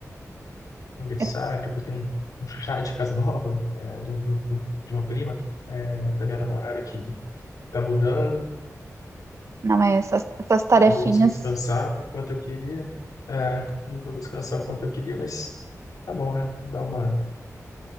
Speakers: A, on the left (about 80°); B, on the right (about 55°).
A: aniversário,
B: É,
A: depois tem um, um chá de casa <laughs> nova, é, do, do- do- de uma prima, é, da minha namorada que tá mudando.
B: Não é, essas, essas tarefinhas,
A: não vou conseguir descansar o quanto eu queria. É, não vou descansar o quanto eu queria, mas tá bom, né? Dá uma.